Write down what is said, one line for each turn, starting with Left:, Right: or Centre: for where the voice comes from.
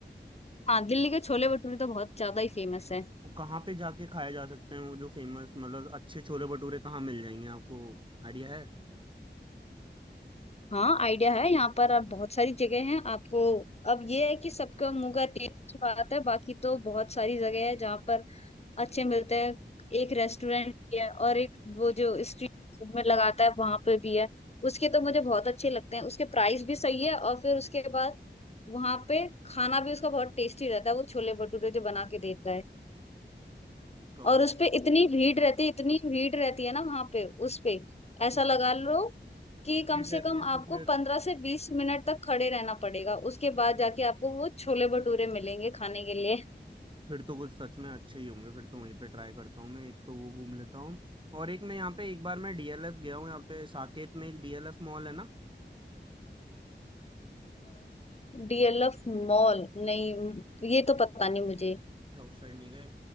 Left: हाँ दिल्ली के छोले भटूरे तो बहुत ज्यादा ही फेमस है
Right: वो कहाँ पे जाके खाए जा सकते हैं वो जो फेमस मतलब अच्छे छोले भटूरे कहाँ मिल जाएंगे आपको आइडिया है
Left: हाँ आइडिया है यहाँ पर आप बहुत सारी जगह हैं आपको अब ये है कि सबका मुंह का टेस्ट बात है बाकी तो बहुत सारी जगह है जहाँ पर अच्छे मिलते हैं एक रेस्टोरेंट भी है और एक वो जो स्ट्रीट फूड में लगाता है वहां पे भी है उसके तो मुझे बहुत अच्छे लगते हैं उसके प्राइस भी सही है और फिर उसके बाद वहां पे खाना भी उसका बहुत टेस्टी रहता है वो छोले भटूरे जो बना के देता है
Right: तो
Left: और उसपे इतनी भीड़ रहती है इतनी भीड़ रहती है ना वहां पे उस पे ऐसा
Right: भीड़
Left: लगा लो कि कम
Right: रहती
Left: से कम
Right: है तो
Left: आपको
Right: फिर
Left: पंद्रह से बीस मिनट तक खड़े रहना पड़ेगा उसके बाद जाके आपको वो छोले भटूरे मिलेंगे खाने के लिए
Right: फिर तो कुछ सच में अच्छे ही होंगे फिर तो वहीं पे ट्राई करता हूँ मैं एक तो वो घूम लेता हूँ और एक मैं यहाँ पे एक बार मैं डीएलएफ गया हूँ यहाँ पे साकेत में एक डीएलएफ मॉल है ना
Left: डीएलएफ मॉल नहीं ये तो पता नहीं मुझे
Right: अच्छा उस साइड नहीं गए